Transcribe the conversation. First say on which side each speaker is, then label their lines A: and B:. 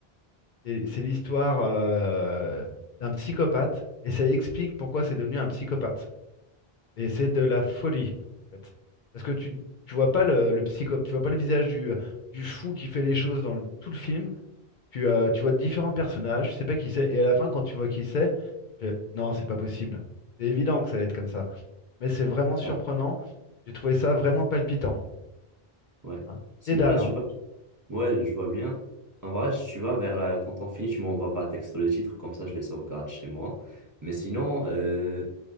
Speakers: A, on the left; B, on the right.
A: C'est c'est l'histoire euh, d'un psychopathe et ça explique pourquoi c'est devenu un psychopathe. Et c'est de la folie, en fait. Parce que tu, tu vois
B: Mm.
A: pas le, le psycho, tu vois pas le visage du, du fou qui fait les choses dans le- tout le film. Tu, euh, tu vois différents personnages, tu sais pas qui c'est. Et à la fin, quand tu vois qui c'est, tu fais, non, c'est pas possible. C'est évident que ça allait être comme ça mais c'est vraiment surprenant.
B: Ouais.
A: J'ai trouvé ça vraiment palpitant.
B: ouais.
A: Hein.
B: Sinon,
A: Dédale,
B: là, tu
A: hein.
B: vois, ouais, je vois bien. En vrai, je- tu vois, vers la... quand on finit, tu m'envoies par texto les titres, comme ça, je les sauvegarde chez moi. Mais sinon, euh,